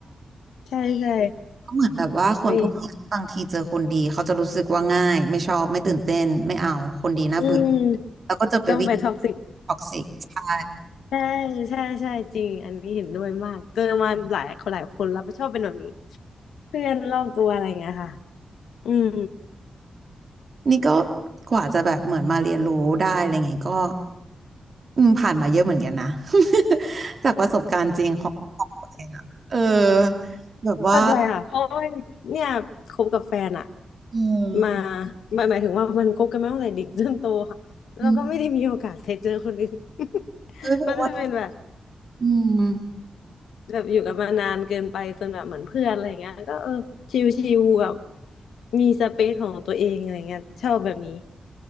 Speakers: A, on the left; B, on the right.
A: ใช่ใช่
B: ก็เหมือนแบบว่าคนพวกนี้บางทีเจอคนดีเขาจะรู้สึกว่าง่ายไม่ชอบไม่ตื่นเต้นไม่เอาคนดีน่าเบื่อ
A: ไปอืมต้องไปท็อกซิก
B: แล้วก็จะไปวิ่งท็อกซิกใช่
A: ใช่ใช่ใช่จริงอันนี้เห็นด้วยมากเจอมาหลายคนหลายคนแล้วชอบเป็นแบบนี้เพื่อนรอบตัวอะไรเงี้ยค่ะอืม
B: นี่ก็กว่าจะแบบเหมือนมาเรียนรู้ได้อะไรเงี้ยก็อืมผ่านมาเยอะเหมือนกันนะ <laughs> จากประสบการณ์จริงของตัวเองอะเออแบบว่า
A: เข้าใจค่ะเพราะว่าเนี่ยคบกับแฟนอะ
B: อืม
A: มาหมายหมายถึงว่ามันคบกันมาตั้งแต่เด็กจนโตค่ะแล้วก็ไม่ได้มีโอกาสไปเจอคนอื่น
B: อืม
A: <laughs>
B: เอ้ยบอกว่า
A: มันจะเป็นแบบ
B: อืม
A: แบบอยู่กันมานานเกินไปจนแบบเหมือนเพื่อนอะไรเงี้ยก็เออชิลๆแบบมีสเปซของตัวเองอะไรเงี้ยชอบแบบนี้